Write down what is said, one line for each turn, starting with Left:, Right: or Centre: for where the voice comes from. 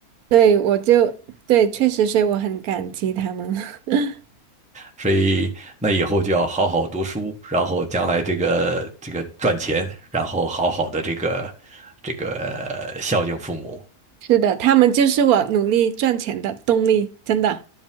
Right: 对，我就对，确实，所以我很感激他们。<laughs>
Centre: 所以那以后就要好好读书，然后将来这个这个赚钱，然后好好的这个这个孝敬父母。
Right: 是的，他们就是我努力赚钱的动力，真的。